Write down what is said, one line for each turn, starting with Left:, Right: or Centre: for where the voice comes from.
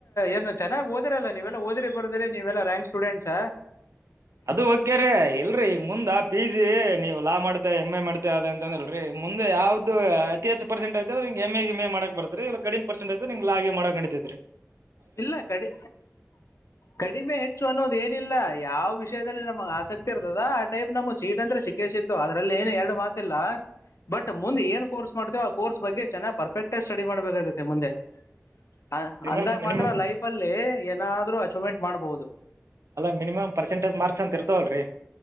Left: ಏನು ಚೆನ್ನಾಗಿ ಓದಿರಲ್ಲ ನೀವೇ ಹೋದ್ರಿ ಬರದ್ರಿ ನೀವೆಲ್ಲ ರ್ಯಾಂಕ್ ಸ್ಟೂಡೆಂಟ್ಸ್
Right: ಅದು ಓಕೆ ರರಿ ಇಲ್ರರಿ ಈಗ ಮುಂದ ಪಿ ಜಿ ನೀವು ಲಾಭ ಮಾಡ್ತ ಎಮ್ ಎ ಮಾಡ್ತ ಅಂತ ಅ್ರಲ್ರೀ ಮುಂದೆ ಯಾವ್ದು ಅತಿ ಹೆಚ್ಚು ಪರ್ಸೆಂಟ್ ಐತ ಅ ಎಂ ಎ ಎಮ ಎ ಮಾಡ ಮಾಡಕ್ ಬರ್ತರಿ ಕಡಿಮ ಪರ್ಸೆಟಜ ನಿಂಗ್ ಆ ಹಾಗ ಮಾಡಕೊಂಡಂಡಿದ್ರರಿ
Left: ಇಲ್ಲ ಕಡಿ ಕಡಿಮೆ ಹೆಚ್ಚು ಅನ್ನೋದ ಏನಿಲ್ಲ ಯಾವ ವಿಷಯದಲ್ಲಿ ನ ನ ಆಸಕ್ತಿ ಇರ್ತದ ಆ ಟೈಪ್ ನಮ್ ಸೀಟ್ ಅಂದ್ರೆ ಸಿಕ್ಕೇ ಸಿಕ್ತು ಅದ್ರಲ್ಲಿ ಏನ್ ಎರಡು ಮಾತಿಲ್ಲ ಬಟ್ ಮುಂದೆ ಏನ್ ಕೋರ್ಸ್ ಮಾಡ್ತೇವ ಆ ಕೋರ್ಸ್ ಬಗ್ಗೆ ಚೆನ್ನ್ ಪರ್ಫೆಕ್ಟ್ ಆಗಿ ಸ್ಟಡಿ ಮಾಡ್ಬೇಕಾಗುತ್ತೆ ಮುಂದೆ ಅ
Right: ಮಿನಿಮಮ್
Left: ಅಂದಾಗ
Right: ಮಿನಿಮಮ್
Left: ಮಾತ್ರ ಲೈಫ ಅಲ್ಲಿ ಏನಾದ್ರೂ ಅಚೀವ್ಮೆಂಟ್ ಮಾಡ್ಬಹುದು
Right: ಅಲ್ಲ ಮಿನಿಮ್ ಪರ್ಸೆಂಜ್ ಮಾರ್ಕ್ಸ್ ಅಂತ ಇರ್ತವಲ್ರರಿ